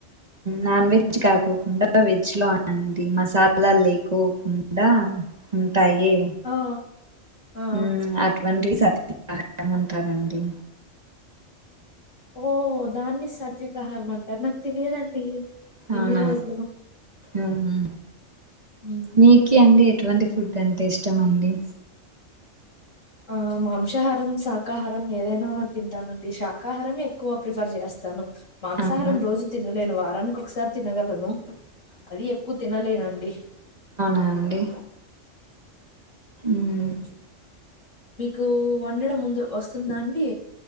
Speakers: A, on the right (about 30°); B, on the left (about 70°).
A: నాన్ వెజ్ కాకోకుండా వెజ్ లో అన్ అండి మసాలాల్ లేకోకుండా టాయే
B: ఆ ఆ
A: ఉమ్ అటువంటివి సరి అలా ఏమంటారండి?
B: ఓహ దాన్ని సద్వికాహారం అంటారా, నాకు తెలియదండి. ఇన్ని
A: అవునా
B: రోజులు
A: ఉహు
B: మ్మ్.
A: మీకీ అండి ఎటువంటి ఫుడ్ అంటే ఇష్టమండి?
B: ఆ మాంసాహారం, శాకాహారం ఏదైనా తింటానండి శాకాహారంమే ఎక్కువ ప్రిఫర్ చేస్తాను. మాంసాహారం
A: అవునా
B: రోజు తినలేను వారానికి ఒకసారి తినగలను అది ఎక్కువ తినలేనండి.
A: ఆ అండి మ్మ్
B: ఉమ్ మీకు వండడం ముందు వస్తుందా అండి?